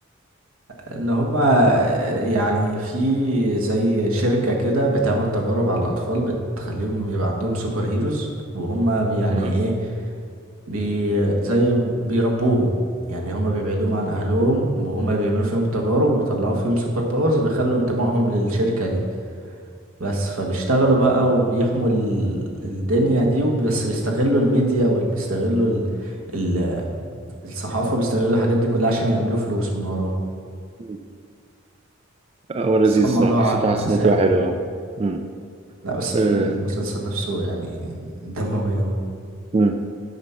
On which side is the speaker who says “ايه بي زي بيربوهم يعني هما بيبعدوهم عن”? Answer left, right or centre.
Right